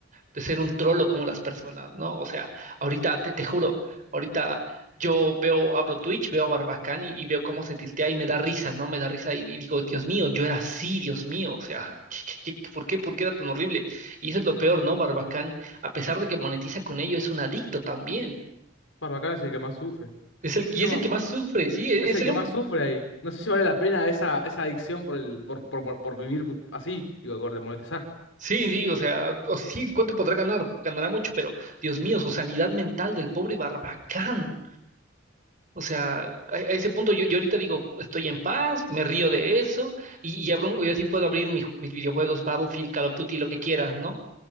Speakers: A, on the right (about 40°); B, on the left (about 80°).
A: de ser un trolo como las personas, ¿no? O sea, ahorita, te, te juro, ahorita yo veo, abro Twitch, veo a Barbacán y, y veo cómo se tiltea y me da risa, ¿no? Me da risa y, y digo, Dios mío, yo era así, Dios mío. O sea, ¿qué- qué- qué- por qué, por qué era tan horrible? Y eso es lo peor, ¿no? Barbacán, a pesar de que monetiza con ello, es un adicto también.
B: Barbacana es el que más sufre.
A: Es el,
B: Si
A: y
B: yo
A: es
B: ma-
A: el que más sufre, sí, e,
B: es
A: es
B: el
A: el,
B: que más sufre ahí. No sé si vale la pena esa, esa adicción por el, por, por, por vivir así, digo, por monetizar.
A: Sí, sí, o sea, o sí, ¿cuánto podrá ganar? Ganará mucho, pero Dios mío, su sanidad mental del pobre Barbacán. O sea, a, a ese punto yo, yo ahorita digo, estoy en paz, me río de eso, y, y abro, yo sí puedo abrir mi ju- mis videojuegos, Battlefield, Call of Duty, lo que quieras, ¿no?